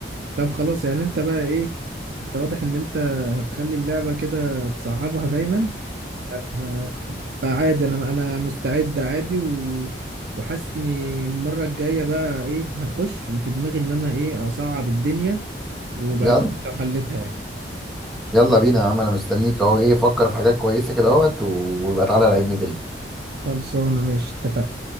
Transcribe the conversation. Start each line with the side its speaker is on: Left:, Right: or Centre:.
Right: طب خلاص يعني انت بقى ايه انت واضح ان انت هتخلي اللعبة كده تصعبها دايما آه، فعادي انا انا مستعد عادي و... وحاسس اني المره الجايه بقى ايه هخش وفي دماغي ان انا ايه اصعب الدنيا وبقى
Centre: يلا
Right: لو حلتها يعني
Centre: يلا بينا يا عم انا مستنيك اهو ايه فكر في حاجات كويسه كده اهوت ويبقى تعالى لعبني تاني
Right: خلصانه ماشي اتفقنا